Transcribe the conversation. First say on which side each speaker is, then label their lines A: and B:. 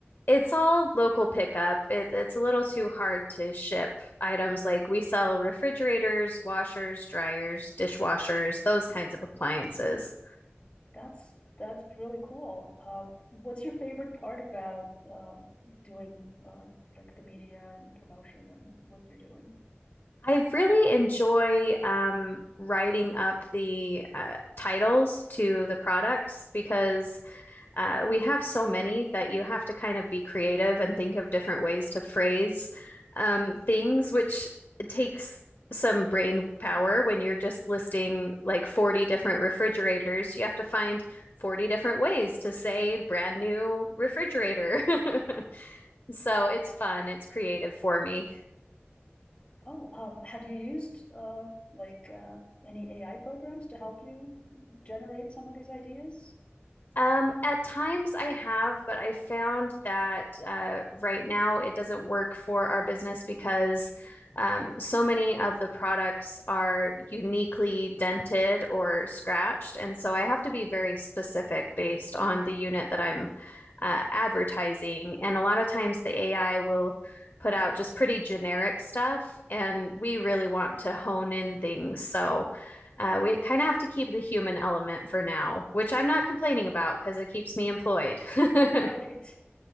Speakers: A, on the left; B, on the left.
A: it's all local pickup. It, it's a little too hard to ship items like we sell refrigerators, washers, dryers, dishwashers, those kinds of appliances.
B: That's that's really cool. Uh, what's your favorite part about um doing uh, like the media and promotion and what you're doing?
A: I really enjoy um, writing up the uh, titles to the products because uh, we have so many that you have to kind of be creative and think of different ways to phrase um, things, which takes some brain power when you're just listing like 40 different refrigerators. You have to find 40 different ways to say brand new refrigerator. <laughs> so it's fun, it's creative for me.
B: Oh, uh, have you used uh, like uh, any AI programs to help you generate some of these ideas? <laughs>
A: Um, at times I have, but I found that uh, right now it doesn't work for our business because um, so many of the products are uniquely dented or scratched. And so I have to be very specific based on the unit that I'm uh, advertising. And a lot of times the AI will put out just pretty generic stuff, and we really want to hone in things. So uh, we kind of have to keep the human element for now, which I'm not complaining about because it keeps me employed. <laughs>
B: Right.